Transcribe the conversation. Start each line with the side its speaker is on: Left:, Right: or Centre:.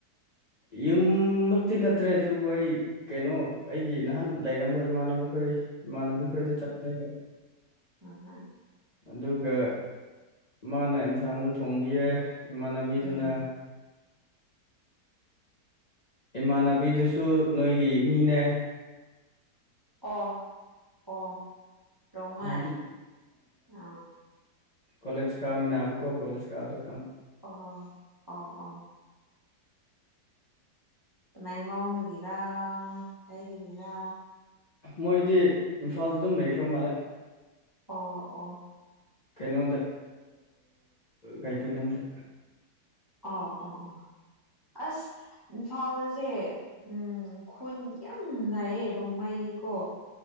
Left: ꯌꯨꯝꯃꯛꯇꯤ ꯅꯠꯇ꯭ꯔꯦ ꯑꯗꯨꯕꯨ ꯑꯩ ꯀꯩꯅꯣ ꯑꯩꯒꯤ ꯅꯍꯥꯟ ꯂꯩꯔꯝꯕ ꯏꯃꯥꯟꯅꯕꯈꯣꯏ ꯃꯥꯟꯕꯤ ꯍꯩꯗ ꯆꯠꯅꯦꯕ
Right: ꯎꯝ ꯍꯝ
Left: ꯑꯗꯨꯒ ꯃꯥꯅ ꯑꯦꯟꯁꯥꯡꯗꯣ ꯊꯣꯡꯕꯤ ꯌꯥꯏ ꯏꯃꯥꯟꯅꯕꯤꯗꯨꯅ
Right: ꯎꯝ
Left: ꯏꯃꯥꯟꯅꯕꯤꯗꯨꯁꯨ ꯅꯣꯏꯒꯤ ꯃꯤꯅꯦ
Right: ꯑ ꯑꯣ ꯔꯣꯡꯃ
Left: ꯅꯍꯥꯟ
Right: ꯑ
Left: ꯀꯂꯦꯖ ꯀꯥꯃꯤꯌꯥꯝꯕꯕꯨ ꯀꯣ ꯀꯂꯖ ꯀꯥꯗ
Right: ꯑ ꯑ ꯑꯥ ꯇꯃꯦꯡꯂꯣꯡꯗꯒꯤꯔ ꯑꯩꯗꯒꯤꯔ
Left: ꯃꯣꯏꯗꯤ ꯏꯝꯐꯥꯜꯗ ꯑꯗꯨꯝ ꯂꯩꯈ꯭ꯔ ꯃꯥꯜꯂꯦ
Right: ꯑꯣ ꯑꯣ
Left: ꯀꯩꯅꯣꯗ ꯒꯥꯏꯄꯨꯅꯗ
Right: ꯑꯣ ꯑꯣ ꯑꯣ ꯑꯁ ꯏꯝꯐꯥꯜꯗꯁꯦ ꯎꯝ ꯈꯨꯟ ꯌꯥꯝ ꯅꯥꯏꯌꯦ ꯔꯣꯡꯃꯥꯏꯒꯤꯀꯣ